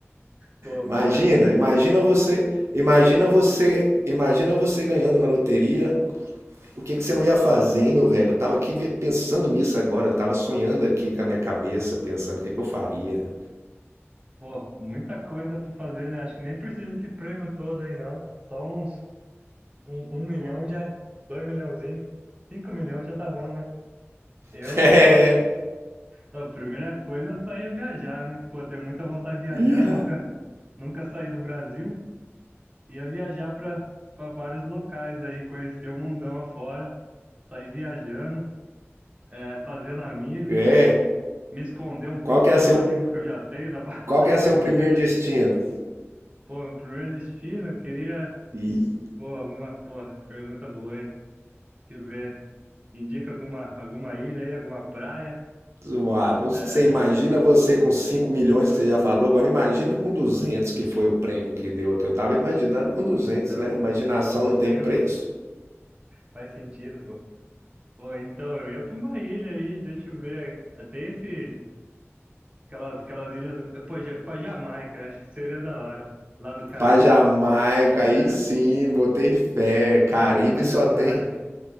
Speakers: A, on the right; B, on the right.
A: Pô, bom,
B: Imagina,
A: hein?
B: imagina você, imagina você, imagina você ganhando na loteria. O que que você não ia fazer, hein, meu velho? Eu tava aqui vi- pensando nisso agora, eu tava sonhando aqui com a minha cabeça, pensando o que que eu faria.
A: Pô, muita coisa pra fazer, né? Acho que nem precisa esse prêmio todo aí, não. Só uns um, um milhão já, dois milhãozinho, cinco milhões já tá bom, né? Eu,
B: <laughs> É.
A: a primeira coisa, eu só ia viajar, né? Pô, tenho muita vontade de viajar,
B: Ih,
A: nunca, nunca saí do Brasil. Ia viajar para vários locais aí, conhecer o mundão afora, sair viajando, é, fazendo amigos,
B: É,
A: me esconder um
B: qual
A: pouco
B: que é
A: dos
B: seu,
A: amigos que eu já tenho, da, fa-
B: qual
A: <laughs> da
B: que
A: família.
B: é seu primeiro
A: deixa-
B: destino?
A: Pô, meu primeiro destino, eu queria.
B: E
A: Pô, alguma. Pô, pergunta boa, hein? Deixa eu ver. Indica alguma, alguma ilha aí, alguma praia?
B: zoar, não sei,
A: É,
B: imagina você com 5 milhões que você já falou, agora imagina com 200 que foi o prêmio que deu aqui. Eu tava imaginando com duzentos,
A: então,
B: né? Imaginação
A: 200
B: não tem preço.
A: faz sentido, pô. Pô, então eu ia para uma ilha aí, deixa eu ver. Tem esse. Aquelas, aquelas ilhas do. Pô, ja- pra Jamaica, acho que seria da hora. Lá no Caribe,
B: Pra Jamaica,
A: é,
B: aí sim, botei fé. Caribe
A: eu ia pra Jamaica.
B: só tem,